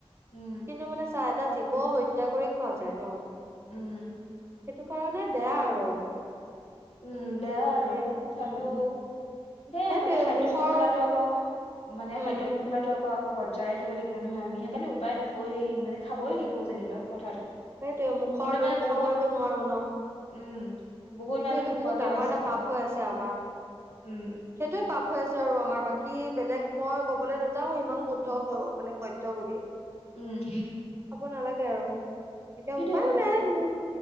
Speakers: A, on the left; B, on the right.
A: উম
B: কিন্তু মানে চা, এটা জীৱ হত্যা কৰি খোৱা যায় ন।
A: উম।
B: সেইটো কাৰণে বেয়া আৰু।
A: উম বেয়া
B: মানে
A: আৰু তথাপিও,
B: উম,
A: সে
B: সেইটোৱে
A: মানে খাদ্য
B: মুখৰ
A: শৃংখলাটো আকৌ, মানে
B: উম,
A: খাদ্য শৃংখলাাতটো আকৌ, আকৌ বজাই ৰাখিব লাগিব নহয়। আমি সেইকাৰণে উপায় নোপই মানে খাবই লাগিব যেনিবা কথাটো।
B: সেইটোৱেই মুখৰ
A: কিন্তু মানে
B: লোভ
A: বহুত
B: সামৰিব নোৱাৰো ন।
A: উম, বহুত
B: কিন্তু
A: মানুহ
B: এইটো
A: নোখোৱাকেও
B: বহুত ডাঙৰ
A: আছে
B: এটা পাপ
A: আকৌ
B: হৈ আছে। আমাৰ
A: উম
B: সেইটোৱে পাপ হৈ আছে আৰু আমাৰ বাকী বেলেগ, মই ক'বলৈ নেয়াও। ইমান কুদ্ধ মানে, সত, ত বুলি,
A: উম,
B: কব নালাগে আৰু, এতিয়া
A: সেইটোয়ে
B: উপায়ো
A: কথাটো
B: নাই মোক